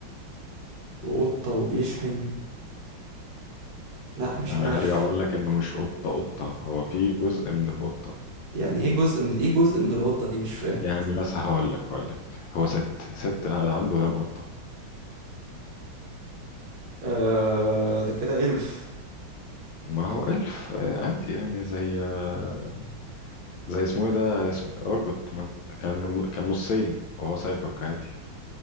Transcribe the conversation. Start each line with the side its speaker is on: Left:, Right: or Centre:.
Right: وقطة وبيشحن لا مش
Left: انا
Right: عارف
Left: هرجع اقول لك انه مش قطه قطه هو في جزء من القطه
Right: يعني ايه جزء من ايه جزء من القطة دي مش فاهم
Left: يعني مثلا هقول لك هقول لك هو ست ست عنده ودان قطه
Right: آه ده كده إلف
Left: ما هو الف آه، عادي يعني زي آه، زي اسمه ايه ده اسم ارجوت ما- كان كان نصين وهو سايبورغ عادي